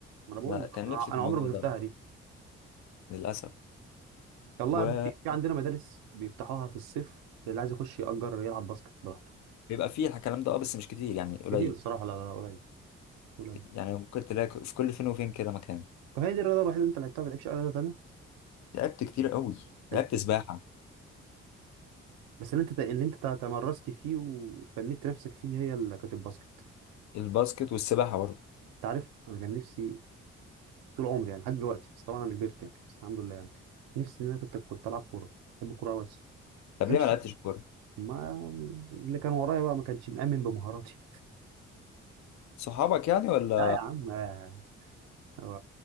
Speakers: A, on the right (about 85°); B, on the left (about 55°).
A: ما انا بقول
B: لا
A: لك
B: كان
A: انا
B: نفسي في
A: أنا
B: الموضوع
A: عمري ما
B: ده
A: شفتها دي
B: للاسف
A: والله
B: وبيبقى
A: يا ابني في في عندنا مدارس بيفتحوها في الصيف اللي عايز يخش يأجر يلعب باسكت براحته
B: فيه الكلام ده اه بس مش كتير يعني قليل
A: كتير الصراحة لا لا لا قليل قليل
B: يعني ممكن تلاقي في كل فين وفين كده مكان
A: طب هي دي الرياضة الوحيدة اللي انت لعبتها ما لعبتش أي رياضة تانية؟
B: لعبت كتير قوي لعبت
A: لعبت
B: سباحه
A: إيه؟ بس اللي انت اللي انت تمرست فيه وفنيت نفسك فيه هي اللي كانت الباسكت
B: الباسكت والسباحه برضو
A: انت عارف انا كان نفسي طول عمري يعني لحد دلوقتي بس طبعا انا كبرت يعني بس الحمد لله يعني نفسي ان انا كنت كنت العب كورة بحب الكورة أوي، بس ما
B: طب
A: بحبش
B: ليه ما لعبتش كوره
A: ما اللي كان ورايا بقى ما كانش مأمن بمهاراتي
B: صحابك يعني
A: <laughs>
B: ولا
A: لا يا عم آه، هو